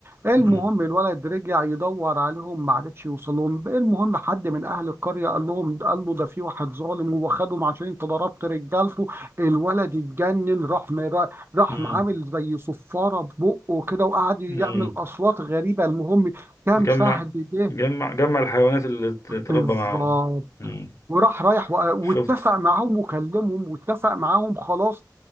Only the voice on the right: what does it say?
المهم
الولد رجع يدور عليهم ما عرفش يوصلهم المهم حد من اهل القريه قال لهم قال له ده في واحد ظالم وخدهم عشان انت ضربت رجالته الولد اتجنن راح م- راح
عامل زي صفاره ببقه كده وقعد يعمل
اصوات غريبه المهم كان
فهد ده
بالظبط
وراح رايح و-
واتفق معاهم وكلمهم واتفق معاهم خلاص